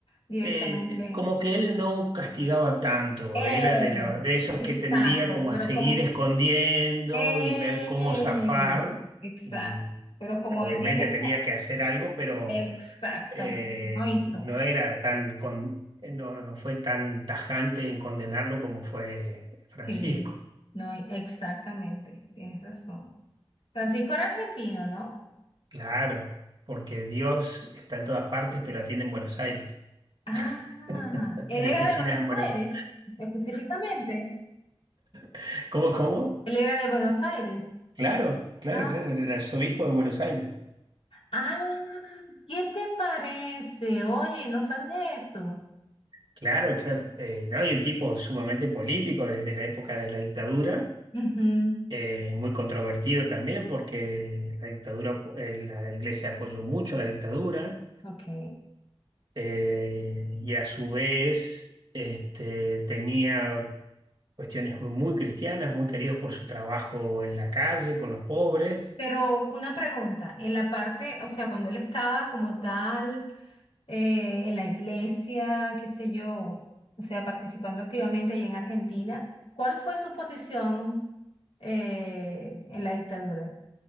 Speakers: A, on the left; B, on the right.
A: directamente...
B: Eh, eh, como que él no castigaba tanto,
A: Eh,
B: era de, la- de esos
A: exacto,
B: que tendía como
A: pero
B: a seguir
A: como...
B: escondiendo
A: Eh,
B: y ver cómo zafar.
A: exacto,
B: Mm,
A: pero como
B: Obviamente
A: él, él está...
B: tenía que hacer algo, pero
A: Exactamente,
B: eh,
A: no hizo.
B: no era tan con- eh, no, no fue tan tajante en condenarlo como fue
A: Sí,
B: Francisco.
A: no, hi- exactamente, tienes razón. Francisco era argentino, ¿no?
B: Claro, porque Dios está en todas partes, pero atiende en Buenos Aires.
A: Ah,
B: <laughs>
A: él
B: Tiene
A: era
B: oficinas
A: de Buenos
B: en Buenos
A: Aires, específicamente.
B: Aires. ¿Cómo, cómo?
A: Él era de Buenos Aires.
B: Claro, claro,
A: Ah,
B: claro, era el arzobispo de Buenos Aires.
A: ah, ¿qué te parece? Oye, no sabía eso.
B: Claro, claro. Eh, no, y un tipo sumamente político desde la época de la dictadura,
A: Ujú,
B: eh, muy controvertido también, porque la dictadura, eh, la iglesia apoyó mucho a la dictadura.
A: Ok.
B: eh, y a su vez este, tenía cuestiones muy cristianas, muy queridos por su trabajo en la calle con los pobres,
A: Pero una pregunta, en la parte, o sea, cuando él estaba como tal, eh, en la iglesia, qué sé yo, o sea, participando activamente allí en Argentina, ¿cuál fue su posición, eh, en la dictadura?